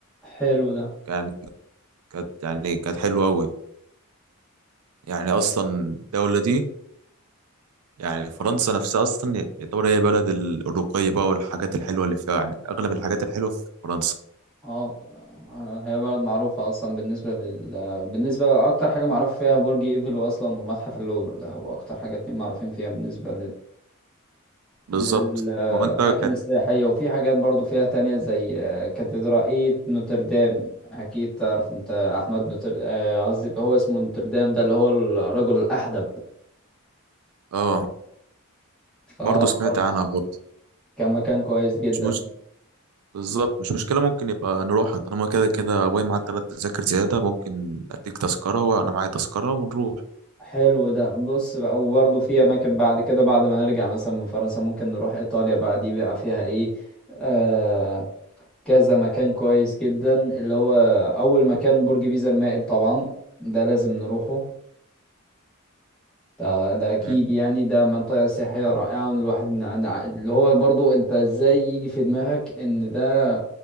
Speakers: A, in the centre; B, on the right.
A: حلو ده
B: يعني كانت يعني كانت حلوة أوي يعني أصلا الدولة دي يعني فرنسا نفسها أصلا يعتبر هي بلد الرقي بقى والحاجات الحلوة اللي فيها يعني أغلب الحاجات الحلوة في فرنسا
A: اه آه، هي بلد معروفة اصلا بالنسبة لل بالنسبة اكتر حاجة معروف فيها برج ايفل اصلا ومتحف اللوفر ده هو اكتر حاجة اتنين معروفين فيها بالنسبة
B: بالظبط
A: للأماكن
B: وأنت كانت
A: السياحية وفي حاجات برضو فيها تانية زي آه، كاتدرائية نوتردام أكيد تعرف أنت أحمد نوتر آه، قصدي اللي هو اسمه نوتردام ده اللي هو الرجل الأحدب
B: آه
A: فهو
B: برضه سمعت
A: برضو
B: عنها برضه
A: كان مكان كويس جدا
B: مش مش بالظبط مش مشكلة ممكن يبقى نروحها طالما كده كده واي معاك تلات تذاكر زيادة ممكن أديك تذكرة وأنا معايا تذكرة ونروح
A: حلو ده بص بقى وبرضو في أماكن بعد كده بعد ما نرجع مثلا من فرنسا ممكن نروح إيطاليا بقى دي بقى فيها إيه آه كذا مكان كويس جدا اللي هو أول مكان برج بيزا المائل طبعا ده لازم نروحه ده ده اكيد
B: مم.
A: يعني ده منطقة سياحية رائعة والواحد نع- نع- اللي هو برضو انت ازاي يجي في دماغك ان ده